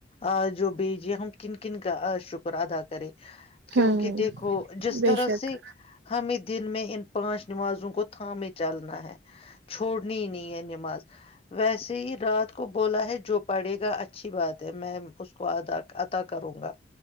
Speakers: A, on the left; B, on the right.
A: ا جو بھی یہ ہم کن کن کا شکرا ادا کریں کیونکہ
B: ہوں
A: دیکھو جس
B: بے
A: طرح
B: شک
A: سے ہمیں دن میں ان۔ پانچ نمازوں کو تھامے چل نا ہے چھوڑنی ہی نہیں ہے نماز ویسے ہی رات کو بولا ہے جو پڑھے گا اچھی بات ہے میں اس کو ادا عطا کروں گا